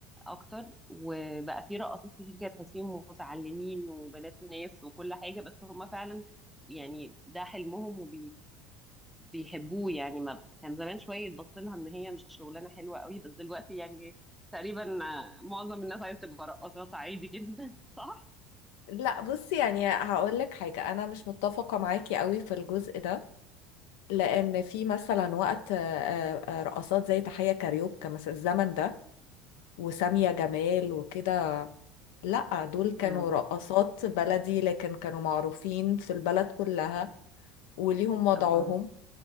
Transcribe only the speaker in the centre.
اكتر وبقى في رقصات كتير كده تحسيهم متعلمين وبنات ناس وكل حاجه بس هم فعلا يعني ده حلمهم وبيحبوه يعني ما كان زمان شويه يتبص لها ان هي مش شغلانه حلوه قوي بس دلوقتي يعني تقريبا آه، معظم الناس عايزه تبقى رقاصات عادي جدا <laughs> صح؟
امم
اه